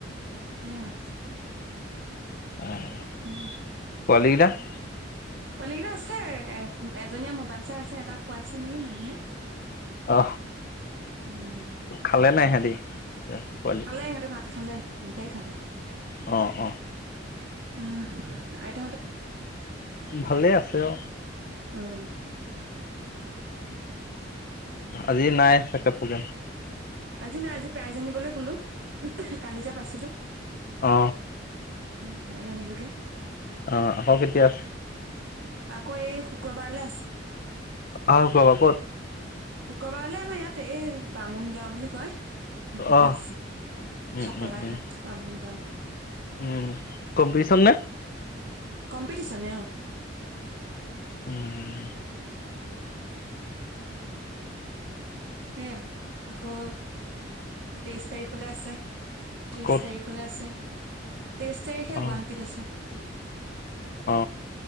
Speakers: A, on the right; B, on the left.
A: স
B: উম
A: উম
B: কলগিলা <unintelligible>
A: পোৱলী কেটা আছে এ এজনীয়ে মোবাইল চাই আছে এটা খুৱাইছে নেকি মাহীয়ে <unintelligible>
B: অ
A: উম
B: খালে নাই হেন এ <unintelligible> এ ক
A: খালে সিহঁতে ভাত খালে দুইটাই খালে
B: অ অ
A: উম
B: ভালেই আছে অ
A: আহ
B: আজি নাই চেক প্ৰগ্ৰেম
A: আজি নাই আজি প্ৰায় জানিবলৈ ক'লো কালি যো পাইছিলো
B: অ
A: এ প্ৰায় জানিলোগে <unintelligible>
B: অ আহক কেতিয়াছে
A: আকৌ এই শুক্ৰবাৰলৈ আছে
B: আহ কোৱা বা ক'ত
A: শুক্ৰবাৰলৈ আমাৰ ইয়াতে এই বামুণ গাও বুলি কয় সেইফলে
B: আহ
A: আছিল
B: উম
A: চকলা
B: উম উম
A: ঘাট বামুন গাও
B: উম কম্পিটিশন নে
A: কম্পিটিচন ন
B: উম
A: সেয়া আকৌ তেইশ তাৰিখলে আছে ত্ৰিশ
B: ক'ত
A: তাৰিখলৈ আছে তেইশ তাৰিখে
B: অ
A: গুৱাহাটীত আছে
B: অ